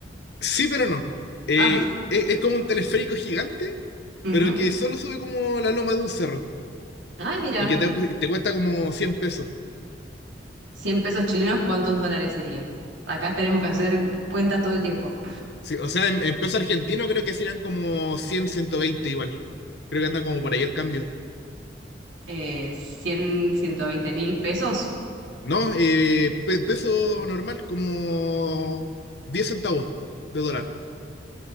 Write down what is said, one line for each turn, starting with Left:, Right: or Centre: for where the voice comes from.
Left: sí, pero no. Eh,
Right: Ah,
Left: es, es como un teleférico gigante,
Right: ujú.
Left: pero que solo sube como la loma de un cerro
Right: Ay, mira,
Left: y que te, cu- te cuesta como 100 pesos.
Right: 100 pesos chilenos, ¿cuántos dólares serían? Acá tenemos que hacer cuentas todo el tiempo.
Left: Sí, o sea, en, en peso argentino creo que serían como cien ciento veinte igual. Creo que anda como por ahí el cambio.
Right: Eh, cien, ciento veinte mil pesos,
Left: No, eh, pe- peso normal, como 10 centavos de dólar.